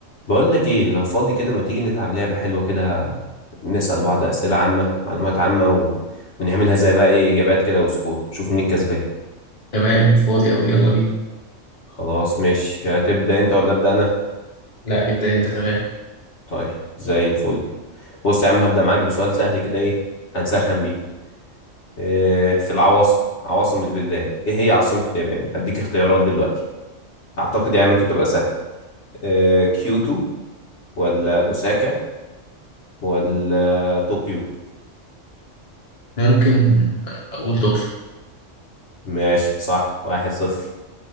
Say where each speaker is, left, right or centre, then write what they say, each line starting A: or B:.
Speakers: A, on the left; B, on the left.
A: بقول لك ايه لو فاضي كده ما تيجي نلعب لعبة حلوة كده نسأل بعض أسئلة عامة معلومات عامة و... ونعملها زي بقى ايه إجابات كده وسكور شوف مين الكسبان
B: تمام فاضي أوي يلا بينا
A: خلاص ماشي هتبدأ انت ولا أبدأ أنا
B: لا ابدأ أنت تمام
A: طيب زي الفل بص يا عم هبدأ معاك بسؤال سهل كده ايه هنسخن بيه إيه في العواصم عواصم البلدان ايه هي عاصمة اليابان هديك اختيارات دلوقتي أعتقد يعني ممكن تبقى سهل إيه كيوتو ولا أوساكا ولا طوكيو
B: ممكن أقول دكتور
A: ماشي صح واحد صفر